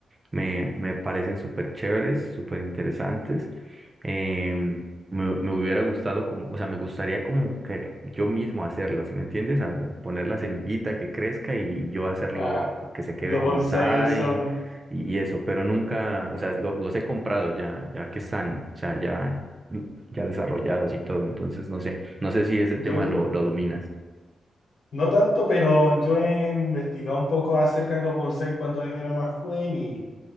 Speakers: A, on the right (about 25°); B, on the left (about 65°).
A: me, me parecen súper chéveres, súper interesantes. Em, me, me hubiera gustado como, o sea, me gustaría como que yo mismo hacerlo, ¿si me entiendes? A- poner la semillita que crezca y yo hacerlo
B: Ah,
A: que se quede
B: los
A: en
B: bonsai,
A: bonsái
B: eso.
A: y, y eso, pero nunca, o sea, lo- los he comprado ya, ya que están, o sea, ya, ya desarrollados y todo, entonces no sé, no sé si ese
B: Yo
A: tema lo, lo dominas.
B: No tanto, pero yo he investigado un poco acerca de los bonsai cuando era más joven y, y